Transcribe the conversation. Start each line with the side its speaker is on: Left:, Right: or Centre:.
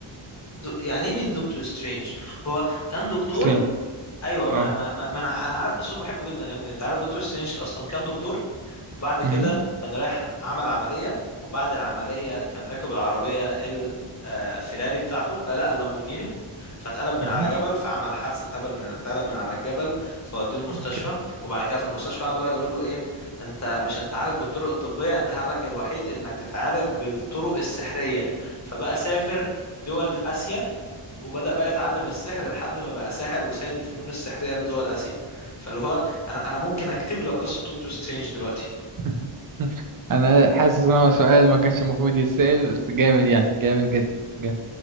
Left: دو يعني ايه مين دكتور سترينج؟ هو كان دكتور
Right: سترينج
Left: ايوه ما,
Right: اه
Left: ما, ما ما انا انا عارف بس بحبه جدا يا ابني انت عارف دكتور سترينج اصلا كان دكتور بعد كده
Right: مهم.
Left: كان رايح عمل عمليه وبعد العمليه كان راكب العربيه الفيراري بتاعته آه، لا اللامبورجيني فاتقلب من
Right: مهم.
Left: على جبل فعمل حادثه اتقلب من اتقلب من على الجبل فودوه المستشفى
Right: اوكي
Left: وبعد كده في المستشفى قعدوا بقى يقولوا له ايه انت مش هتتعالج بالطرق الطبيه انت حلك الوحيد انك تتعالج بالطرق السحريه فبقى سافر دول اسيا وبدأ بقى يتعلم السحر لحد ما بقى ساحر وسيد الفنون السحرية في دول آسيا فاللي هو أنا أنا ممكن أكتب لك قصة دكتور سترينج دلوقتي
Right: <laughs> انا حاسس ان هو سؤال ما كانش المفروض يتسأل بس جامد يعني جامد جدا جامد